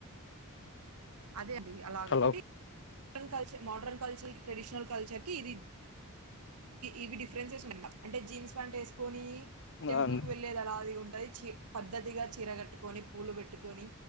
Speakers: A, on the right; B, on the left.
A: అదే అండి అలాగా
B: హలో
A: అంటే modern culture modern culture traditional culture కి ఇది ఇవి డిఫరెన్సెస్ ఉన్నా అంటే జీన్స్ ప్యాంట్ వేసుకొని టెంపుల్
B: ఆ అండి
A: కు వెళ్లేద అలాది చ పద్ధతిగా చీర కట్టుకొని పూలు పెట్టుకొని